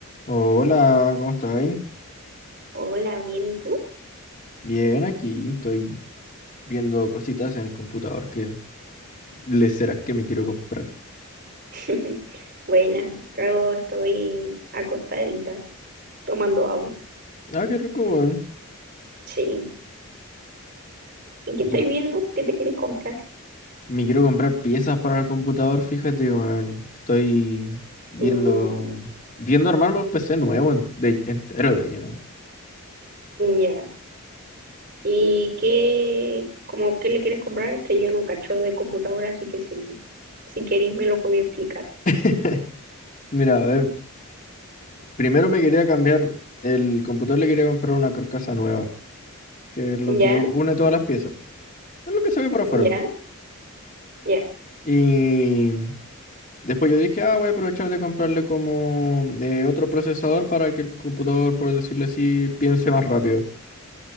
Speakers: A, on the left; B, on the right.
A: Oh, Hola, ¿cómo estáis?
B: Hola, bien, ¿y tú?
A: Bien, aquí estoy viendo cositas en el computador que le serás que me quiero comprar.
B: <laughs> Buena, yo estoy acostadita, tomando agua.
A: Ah, qué rico, weón.
B: Sí. ¿Y qué
A: Yo
B: estáis viendo? ¿Qué te quieres comprar?
A: me quiero comprar piezas para el computador, fíjate, weón. Estoy viendo,
B: Uh,
A: viendo armarme un PC nuevo en- de- entero de lleno.
B: ya. ¿Y qué, como qué le quieres comprar? Que yo no cacho de computadora, así que si, si queréis me lo podéis explicar.
A: <laughs> Mira, a ver, primero me quería cambiar el computador, le quería comprar una carcasa nueva, que es lo
B: ¿Ya?
A: que une todas las piezas. Es lo que se ve por afuera.
B: ¿Ya? ¿Ya?
A: Y Después yo dije, ah, voy a aprovechar de comprarle como eh, otro procesador para que el computador, por decirlo así, piense más rápido.